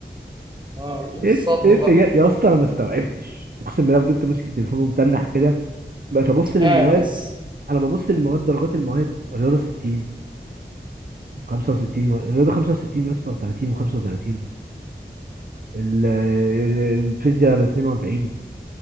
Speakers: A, on the right; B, on the right.
A: اه الصدمه
B: ايه ايه اللي
A: بقى
B: جا- يا اسطى انا ما استوعبتش اقسم بالله فضلت ماسك التليفون ومتنح كده بقيت ابص للمواد
A: قاعد بس
B: انا ببص للمواد درجات المواد الرياضه 60 65 و- الرياضه 65 يا اسطى 30 و35 الفيزياء 42